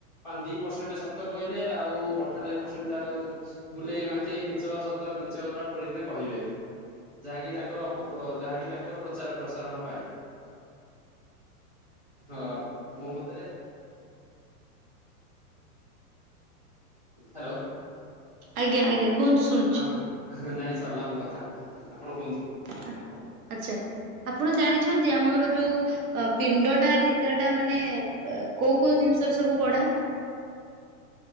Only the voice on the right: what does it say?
ଆଜ୍ଞା ଆଜ୍ଞା। କୁହନ୍ତୁ ଶୁଣୁଛି
ଆ ଆଚ୍ଛା ଆପଣ ଜାଣିଛନ୍ତି ଆମର ଯୋଉ ଅ, ପିଣ୍ଡ ଟା କେତେଟା ମାନେ ଅ, କୋଉ କୋଉ ଜିନିଷର ସବୁ ଗଢା?